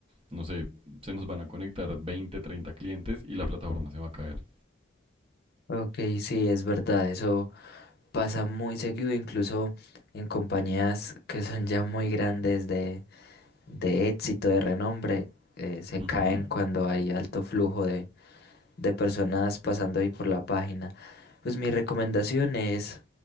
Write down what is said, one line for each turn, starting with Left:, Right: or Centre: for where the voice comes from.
Right: no sé, se nos van a conectar 20, 30 clientes y la plataforma se va a caer.
Left: Ok, sí, es verdad, eso. Pasa muy seguido, incluso en compañías que son ya muy grandes de, de éxito, de renombre, eh, se
Right: Ujú,
Left: caen cuando hay alto flujo de, de personas pasando ahí por la página. Pues mi recomendación es